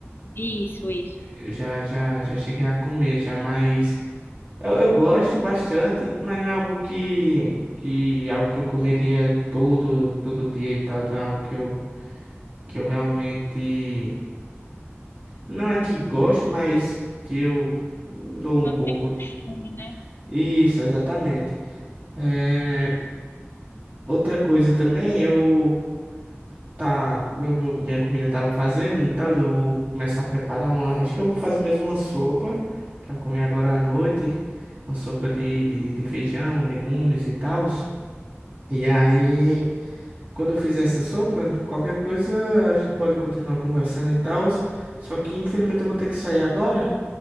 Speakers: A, on the left; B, on the right.
A: Isso, isso.
B: Eu Já, já, já cheguei a comer, já mais. Eu, eu gosto bastante, mas não é algo que, que algo que eu comeria todo, todo dia e tal. Não é algo que eu, que eu realmente não é que gosto, mas que eu dou um
A: Não
B: pouco.
A: tem
B: de-
A: costume, né?
B: Isso, exatamente. É, outra coisa também, eu tá, meu, meu- minha comida tava fazendo, então eu vou começar a preparar uma. Acho que eu vou fazer mesmo uma sopa para comer agora à noite, uma sopa de, de, de feijão, legumes e tal. E aí. Quando eu fizer essa sopa, qualquer coisa a gente pode continuar conversando e tal. Só que infelizmente eu vou ter que sair agora.